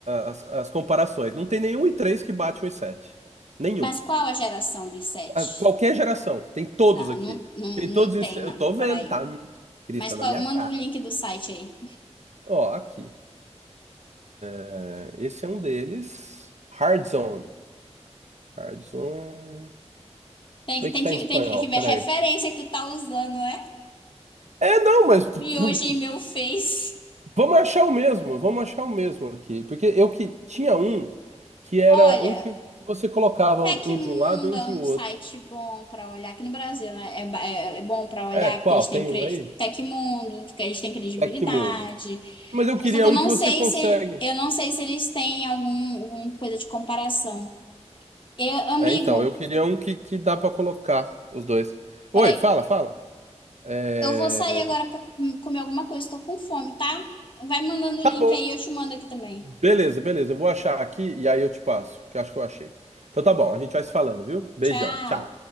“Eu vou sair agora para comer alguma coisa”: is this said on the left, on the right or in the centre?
Left